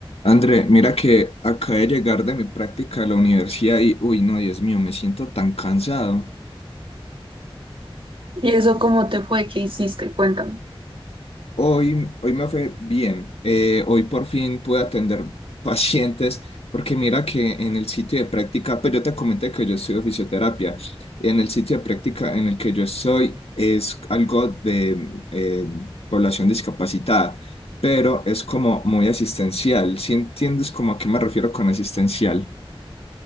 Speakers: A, on the left; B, on the right.
A: André, mira que acabé de llegar de mi práctica a la universidad y, uy, no, Dios mío, me siento tan cansado.
B: ¿Y eso cómo te fue? ¿Qué hiciste? Cuéntame.
A: Hoy, hoy me fue bien. eh, hoy por fin pude atender <laughs> pacientes, porque mira que en el sitio de práctica, pues yo te comenté que yo estudio fisioterapia. En el sitio de práctica en el que yo estoy es algo de eh, población discapacitada, pero es como muy asistencial. Si entiendes como a qué me refiero con asistencial?